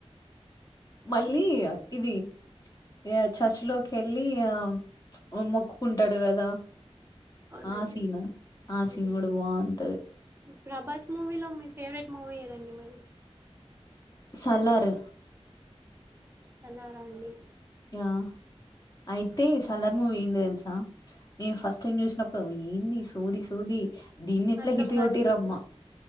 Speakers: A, on the left; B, on the right.
A: మళ్ళీ అ ఇదీ యా చర్చలోకెళ్ళి ఆ మొక్కుకుంటాడు గదా
B: అవునండి
A: ఆసీనా ఆసీన్
B: హ్మ్.
A: గుడ బోంటది
B: ప్రభాస్ మూవీలో మీ ఫేవరెట్ మూవీ ఏదండి మరీ
A: సలార్
B: సలారా అండి
A: యా అయితే సల్లార్ మూవీ ఏం తెలుసా నేను ఫస్ట్ టైమ్ జూసినప్పుడోయ్ ఏంది ఈ సోది సోది దీన్ని ఎట్లా
B: అర్ధం
A: హిట్
B: కాలేదండి
A: కొట్టిరమ్మ